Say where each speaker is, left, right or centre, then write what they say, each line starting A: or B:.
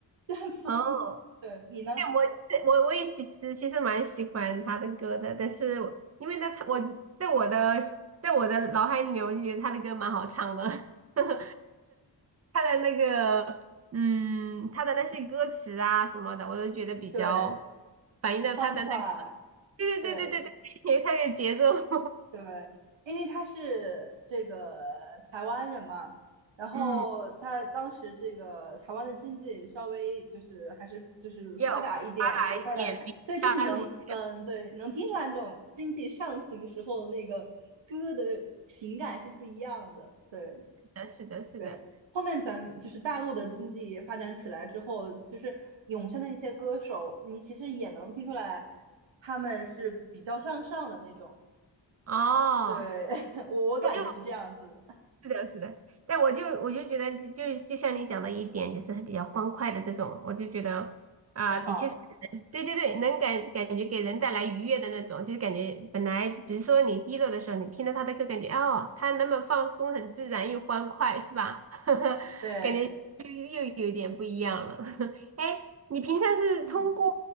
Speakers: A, on the right; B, on the right.
A: 就很复古。
B: 哦，
A: 对，你呢？
B: 对，我其实我我也其实其实蛮喜欢他的歌的，但是我因为呢，他我只在我的在我的脑海里面，我就觉得他的歌蛮好唱的，<laughs> 他的那个嗯，他的那些歌词啊什么的，我都觉得比较
A: 对，
B: 反映到他的那个，
A: 欢快，
B: 对对对对对对，
A: 对。
B: 他的节奏，
A: 对，因为他是这个台湾人嘛，然后他当时这个台湾的经济稍微就是还是就是发达一点，
B: <laughs> 嗯，要发达一点，
A: 对，发达一点，
B: 比大陆这
A: 对，真的能，嗯，对，能听出来那种经济上行时候的那个歌的情感是不一样的，对
B: 样，是的，是的，是的，
A: 对。后面咱们就是大陆的经济发展起来之后，就是涌现的一些歌手，你其实也能听出来他们是比较向上的那种。
B: 哦。
A: 对，<laughs> 我我感觉是这样子，
B: 我就是的，是的，但我就我就觉得就就就像你讲的一点，就是比较欢快的这种，我就觉得啊、
A: 很好。
B: 的确是对对对，能感感觉给人带来愉悦的那种，就是感觉本来比如说你低落的时候，你听到他的歌，感觉哦，他那么放松，很自然又欢快，是吧？<laughs>
A: 对，
B: 感觉又又有一点不一样了。<laughs> 哎，你平常是通过
A: 嗯，